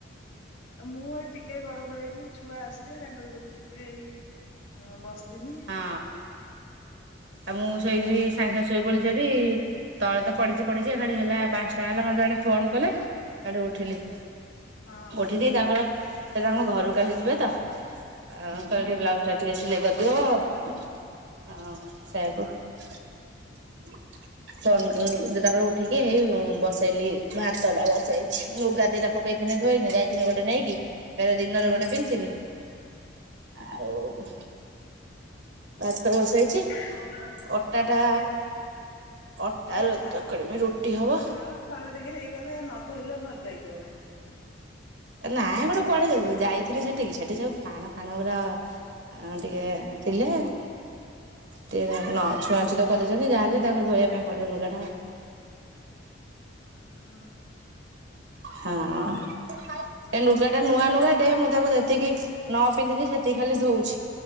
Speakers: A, on the left (about 75°); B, on the right (about 65°).
A: ମୁଁ ଏ ଟିକେ ଗଡ ପଡ ହେଇଛି ଛୁଆ ଆସିଲେ ତାଙ୍କର କତିର ଟିକେ ଏଇ ହଁ ବସିଥିଲି।
B: ହଁ ଆଉ ମୁଁ ଶୋଇଲି
A: ହଁ ବା
B: ସାଙ୍ଗ ସାଙ୍ଗ ଶୋଇପଇଲି ସେଠି ତଳେ ତ ପଡିଚି ପଡିଚି ଏକାଠି ହେଲା ପାନ୍ସଟା ହେଲା ମୋତେ ଜଣେ ଫୋନ୍ କଲେ ସାଡୁ ଉଠିଲି।
A: ହଁ।
B: <unintelligible> ତାଙ୍କର ସେ ତାଙ୍କ ଘରୁକୁ କାଲି ଯିବେ ତ ଆ, କହିଲେ
A: ହଁ
B: ଟିକେ ବ୍ଲାଉଜ୍
A: ହଁ।
B: ଟା ଟିକେ ସିଲେଇ କରି <unintelligible> ଆ, ସେଆକୁ <unintelligible> ଯେ ତାପରେ ଉଠିକି ହେଇ ଉଁ, ବସେଇଲି ଭାତ ଟା ବସେଇଛି। ଲୁଗା ଦିଟା ପକେଇଥିନି ଧୋଇନି ଯାଇଥିନି ଗୋଟେ ନେଇକି। ଫେରେ ଦିନରେ ଗୋଟେ ପିନ୍ଧିଥିନି।
A: ହଁ
B: ଆଉ
A: ହଁ
B: ଭାତ ବସେଇଛି।
A: ହଁ ବା
B: ଅଟା ଟା
A: ଟିକେ
B: ଅଟା
A: ଟିକେ
B: ର-
A: ଝା
B: ଚକୁଡିମି ରୁଟି ହବ।
A: ଝାଳ ଫାଳ ଟିକେ ହେଇଗଲେ ନ ଧୋଇଲେ ଭଲ ଲାଗିବ ନାଇଁ।
B: ଏ ନା ଗୋଟେ କୁଆଡେ ଯ-ଯ- ଯାଇଥିଲି ସେଠିକି ସେଠି ସବୁ ପାଣ ଫାଣ ଗୁରା ଆଁ, ଟିକେ ଥିଲେ ଟିକେ
A: ହଁ
B: ନ ଛୁଆଁ
A: ହଁ
B: ଛୁତ କରିଦେ ଚନ୍ତି ଯାହାହେଲେ ତାକୁ ଧୋଇବା ପାଇଁ ପଡିବ ନୁଗାଟା ଆଉ।
A: ଓ ହଁ।
B: ହଁ। ଏ ନୁଗା ଟା ନୂଆ ନୁଗା ଟେ ମୁଁ ତାକୁ ଯେତିକି ନ ପିନ୍ଧିଛି ସେତିକି ଖାଲି ଧଉଛି।